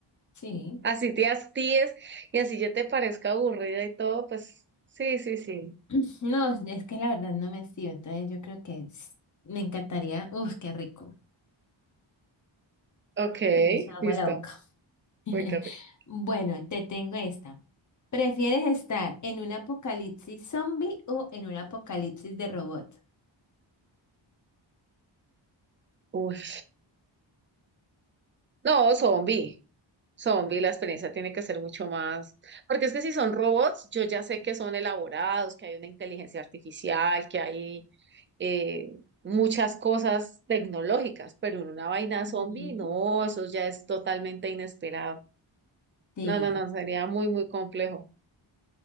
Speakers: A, on the left; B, on the right.
A: Sí.
B: Así te hastíes y así ya te parezca aburrida y todo, pues sí, sí, sí.
A: <clears throat> No, es que la verdad no me hacía, entonces yo creo que s- me encantaría. Uf, qué rico.
B: Ok,
A: Se me hizo agua
B: listo.
A: la boca. <laughs>
B: Uy, qué rico.
A: Bueno, te tengo esta. ¿Prefieres estar en un apocalipsis zombie o en un apocalipsis de robot?
B: Uy. No, zombie. Zombie, la experiencia tiene que ser mucho más. Porque es que si son robots, yo ya sé que son elaborados, que hay una inteligencia artificial, que hay eh, muchas cosas tecnológicas, pero en una vaina
A: Ujú.
B: zombie, no, eso ya es totalmente inesperado.
A: Sí,
B: No, no, no, sería muy, muy complejo.